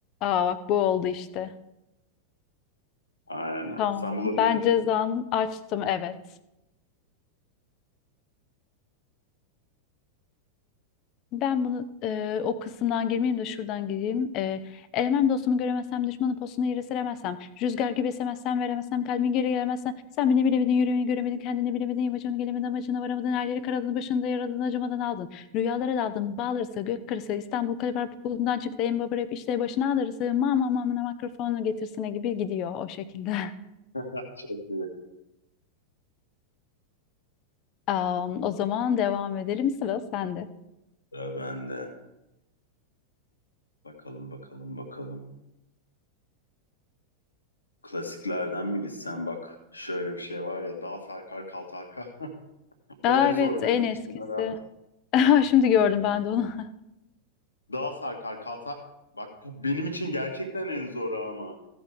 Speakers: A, on the left; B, on the left.
A: Aa bak bu oldu işte.
B: Aynen.
A: Tamam.
B: Sen bulabildin
A: Ben cezanı
B: mi?
A: açtım, evet. Ben bunu e, o kısımdan girmeyeyim de şuradan gireyim. E, elemem dostumu göremezsem, düşmanın postunu yere seremezsem, rüzgar gibi esemezsem, veremezsem, kalbin geri gelemezsen, sen beni bilemedin, yürümeyi göremedin, kendini bilemedin, yamacını gelemedin, amacına varamadın, her yeri karadın, başında yaraladın, acımadan aldın. Rüyalara daldın, bağlarsa, gök kırısı, İstanbul Kalebar Pukulu'ndan çıktı, en baba rap işte başına ağrısı, mama mamına mikrofonu getirsine gibi gidiyor o şekilde.
B: Çok iyi.
A: <laughs> Am, o zaman devam edelim, sıra sende.
B: Ya ben de. Bakalım bakalım bakalım. Klasiklerden mi gitsen bak şöyle bir şey var ya dal sarkar kal tarka. <laughs> Bu
A: Aa,
B: da en
A: evet,
B: zoru
A: en
B: benim
A: eskisi.
B: için herhalde.
A: <laughs> Şimdi gördüm ben de onu.
B: Dal sarkar kal tar- Bak bu benim için gerçekten en zoru ama.